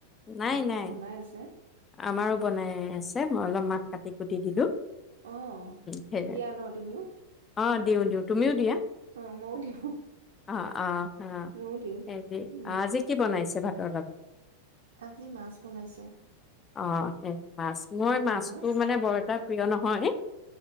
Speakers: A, on the left; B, on the right.
A: নাই,
B: ভাত
A: নাই।
B: বনাই আছে।
A: আমাৰো বনাই আছে, মই অলপ মাক কাটি কুটি দিলো।
B: অ'
A: সেইয়া
B: দিয়া ন তুমিও?
A: অ', দিওঁ, দিওঁ তুমিও দিয়া?
B: অ', মইও দিওঁ
A: অ অ অ
B: মইও দিওঁ
A: হেৰি
B: উম।
A: আজি কি বনাইছে ভাতৰ লগত
B: আজি মাছ বনাইছে।
A: অ', সেই মাছ মই
B: ৰৌ
A: মাছটো
B: মাছ,
A: মানে বৰ এটা প্ৰিয় নহয়।